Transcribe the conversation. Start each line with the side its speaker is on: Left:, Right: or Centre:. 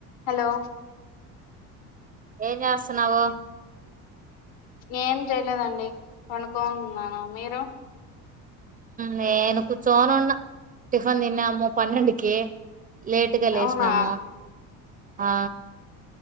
Left: Hello
Right: ఏన్సనావో
Left: ఏం చెయలేదండి కొనుక్కోనున్నాను మీరు
Right: నేను కూర్చోనున్న టిఫన్ తిన్నాము పన్నెండుకి లేటుగా లేసినాము
Left: అవునా
Right: ఆ